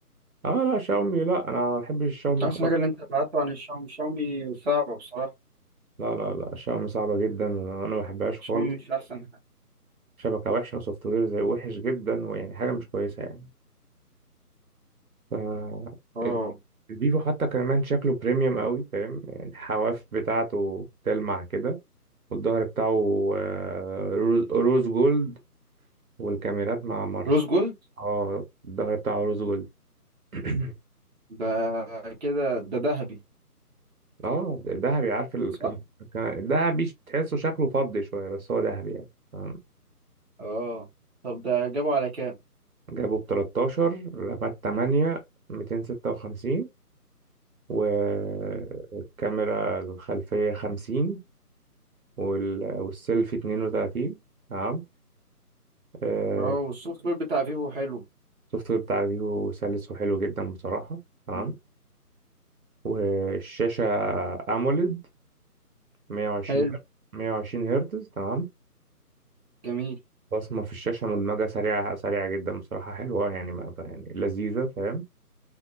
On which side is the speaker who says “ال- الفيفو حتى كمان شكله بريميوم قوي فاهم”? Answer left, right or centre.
Right